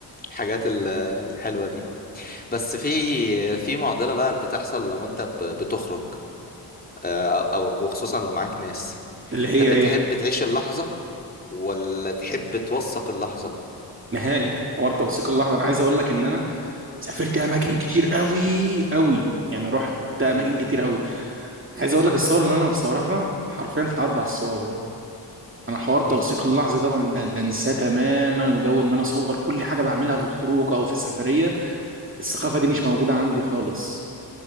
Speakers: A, on the left (about 20°); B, on the right (about 30°).
A: الحاجات ال- الحلوه دي بس في في معضله بقى بتحصل لو انت ب- بتخرج آه، او وخصوصا لو معاك ناس
B: اللي
A: انت
B: هي
A: بتحب
B: ايه
A: تعيش اللحظة ولا تحب توثق اللحظة
B: نهائي حوار توثيق اللحظه انا عايز اقول لك ان انا سافرت اماكن كتير قوي قوي يعني رحت اماكن
A: مم.
B: كتير قوي عايز اقول لك الصور اللي انا متصورها حرفيا تتعدى على الصوابع انا حوار توثيق
A: مم.
B: اللحظه ده بن- بن- بنساه تماما وجو ان انا اصور كل حاجه بعملها في الخروج او في السفريه الثقافه دي مش موجوده عندي خالص